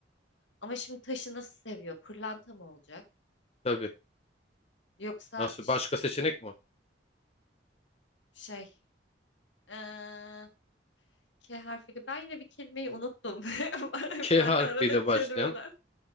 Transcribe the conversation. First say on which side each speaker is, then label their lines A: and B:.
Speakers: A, on the left; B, on the left.
A: Ama şimdi taşı nasıl seviyor? Pırlanta mı olacak?
B: tabii.
A: Yoksa
B: Nasıl?
A: ş-
B: Başka seçenek mi?
A: şey eee, K harfiyle ben yine bir kelimeyi unuttum. <laughs>
B: K
A: Ben
B: harfiyle
A: de arada kelimeler.
B: başlayan